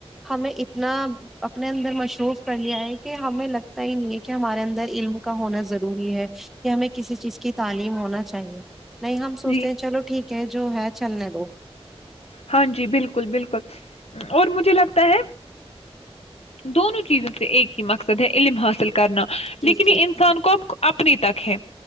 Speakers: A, in the centre; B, on the left (about 70°).
A: ہمیں اتنا اپنے اندر مصروف کر لیا ہے کہ ہمیں لگتا ہی نہیں ہے کہ ہمارے اندر علم کا ہونا ضروری ہے کہ ہمیں کسی چیز کی تعلیم ہونا چاہیے نہیں ہم سوچتے
B: جی
A: ہیں چلو ٹھیک کہ جو ہے چلنے دو
B: ہاں جی بالکل بالکل اور مجھے لگتا ہے دونوں چیزوں سے ایک ہی مقصد ہے علم حاصل کر کرنا
A: جی
B: لیکن
A: جی
B: یہ انسان
A: جی
B: کو اب اپنے تک ہے